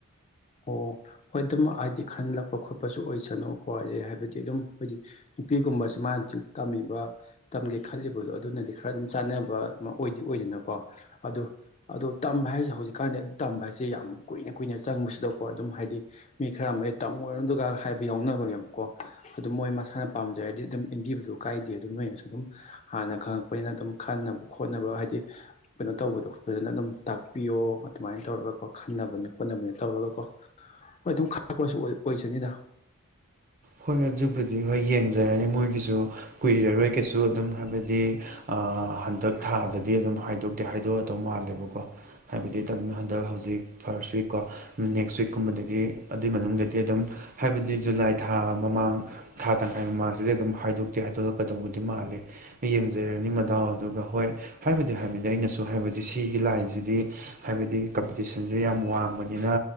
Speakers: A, on the left; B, on the right.
A: ꯑꯣ ꯍꯣꯏ ꯑꯗꯨꯝ ꯍꯥꯏꯗꯤ ꯈꯟꯂꯛꯄ ꯈꯣꯠꯄꯁꯨ ꯑꯣꯏꯁꯅꯨꯀꯣ ꯍꯥꯏꯗꯤ ꯍꯥꯏꯕꯗꯤ ꯑꯗꯨꯝ ꯍꯥꯏꯗꯤ ꯅꯨꯄꯤꯒꯨꯝꯕꯕꯁꯤ ꯃꯥꯅꯁꯨ ꯇꯝꯃꯤꯕ ꯇꯝꯒꯦ ꯈꯜꯂꯤꯕꯗꯣ ꯑꯗꯨꯅꯗꯤ ꯈꯔ ꯑꯗꯨꯝ ꯆꯥꯟꯅꯕ ꯑꯣꯏꯗꯤ ꯑꯣꯏꯗꯅꯀꯣ ꯑꯗꯨ ꯑꯗꯣ ꯇꯝꯕ ꯍꯥꯏꯁꯦ ꯍꯧꯖꯤꯛꯀꯥꯟꯗꯤ ꯇꯝꯕ ꯍꯥꯏꯁꯦ ꯌꯥꯝ ꯀꯨꯏꯅ ꯀꯨꯏꯅ ꯆꯪꯕꯁꯤꯗꯀꯣ ꯑꯗꯨꯝ ꯍꯥꯏꯗꯤ ꯃꯤ ꯈꯔ ꯑꯃꯗꯤ ꯇꯝꯃꯣꯏꯗꯨꯒ ꯍꯥꯏꯕ ꯌꯥꯎꯅꯕꯅꯦꯕꯀꯣ ꯑꯗꯨꯝ ꯃꯣꯏ ꯃꯁꯥꯅ ꯄꯥꯝꯖꯔꯗꯤ ꯑꯗꯨꯝ ꯏꯟꯕꯤꯕꯗ ꯀꯥꯏꯗꯦ ꯑꯗꯨꯝ ꯅꯣꯏꯅꯁꯨ ꯑꯗꯨꯝ ꯍꯥꯟꯅ ꯈꯪꯉꯛꯄꯅꯤꯅ ꯑꯗꯨꯝ ꯈꯟꯅꯕ ꯈꯣꯠꯅꯕ ꯍꯥꯏꯗꯤ ꯀꯩꯅꯣ ꯇꯧꯕꯗꯣ ꯐꯖꯅ ꯑꯗꯨꯝ ꯇꯥꯛꯄꯤꯌꯣ ꯑꯗꯨꯃꯥꯏꯅ ꯇꯧꯔꯒꯀꯣ ꯈꯟꯅꯕꯅꯤ ꯈꯣꯠꯅꯕꯅꯤ ꯇꯧꯔꯒꯀꯣ ꯍꯣꯏ ꯑꯗꯨꯝ ꯈꯥꯛꯄꯁꯨ ꯑꯣꯏꯖꯅꯤꯗ
B: ꯍꯣꯏ ꯑꯗꯨꯕꯨꯗꯤ ꯍꯣꯏ ꯌꯦꯡꯖꯔꯅꯤ ꯃꯣꯏꯒꯤꯁꯨ ꯀꯨꯏꯔꯔꯣꯏ ꯀꯩꯁꯨ ꯑꯗꯨꯝ ꯍꯥꯏꯕꯗꯤ ꯑ ꯍꯟꯗꯛ ꯊꯥꯗꯗꯤ ꯑꯗꯨꯝ ꯍꯥꯏꯗꯣꯛꯇꯦ ꯍꯥꯏꯗꯣꯛꯑꯗꯧ ꯃꯥꯜꯂꯦꯕꯀꯣ ꯍꯥꯏꯕꯗꯤ ꯍꯟꯗꯛ ꯍꯧꯖꯤꯛ ꯐꯥꯔꯁ ꯋꯤꯛ ꯀꯣ ꯅꯦꯛꯁ ꯋꯤꯛꯀꯨꯝꯕꯗꯒꯤ ꯑꯗꯨꯏ ꯃꯅꯨꯡꯗꯗꯤ ꯑꯗꯨꯝ ꯍꯥꯏꯕꯗꯤ ꯖꯨꯂꯥꯏ ꯊꯥ ꯃꯃꯥꯡ ꯊꯥ ꯇꯪꯈꯥꯏ ꯃꯃꯥꯡꯁꯤꯗꯤ ꯑꯗꯨꯝ ꯍꯥꯏꯗꯣꯛꯇꯦ ꯍꯥꯏꯗꯣꯛꯂꯛꯀꯗꯧꯕꯗꯤ ꯃꯥꯜꯂꯤ ꯌꯦꯡꯖꯔꯅꯤ ꯃꯗꯥꯎ ꯑꯗꯨꯒ ꯍꯣꯏ ꯍꯥꯏꯕꯗꯤ ꯍꯥꯏꯕꯗꯤ ꯑꯩꯅꯁꯨ ꯍꯥꯏꯕꯗꯤ ꯁꯤꯒꯤ ꯂꯥꯏꯟꯁꯤꯗꯤ ꯍꯥꯏꯕꯗꯤ ꯀꯝꯄꯤꯇꯤꯁꯟꯁꯦ ꯌꯥꯝ ꯋꯥꯡꯕꯅꯤꯅ